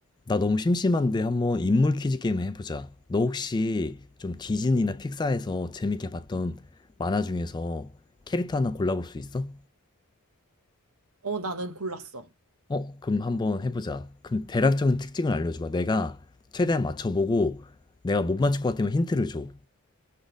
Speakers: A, on the left (about 20°); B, on the right (about 75°).
A: 나 너무 심심한데 한번 인물 퀴즈 게임을 해보자. 너 혹시 좀 디즈니나 픽사에서 재밌게 봤던 만화 중에서 캐릭터 하나 골라볼 수 있어?
B: 어, 나는 골랐어.
A: 어, 그럼 한번 해보자. 그럼 대략적인 특징을 알려줘봐. 내가 최대한 맞춰보고 내가 못 맞출 것 같으면 힌트를 줘.